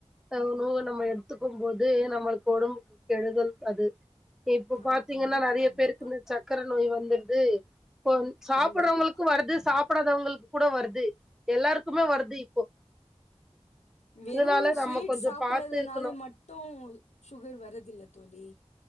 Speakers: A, in the centre; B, on the left.
A: உணவு நம்ம எடுத்துக்கும் போது நம்மளுக்கு ஒடம்புக்கு கெடுதல் அது இப்பொ
B: ஆமா.
A: பாத்திங்கன்னா
B: கண்டிப்பா,
A: நெறைய
B: கண்டிப்பா.
A: பேருக்கு இந்த சக்கர நோய் வந்துடுது இப்பொ சாப்பட்றவங்களுக்கு
B: கண்டிப்பா.
A: வருது சாப்புடாதவங்களுக்கு கூட வருது எல்லாரு க்குமே வருது இப்போ
B: வெறு
A: இதனால
B: ஸ்வீட்
A: நம்ம கொஞ்சம்
B: சாப்புட்றதுனால
A: பார்த்து இருக்கணும்
B: மட்டு சுகர் வரதில்ல தோழி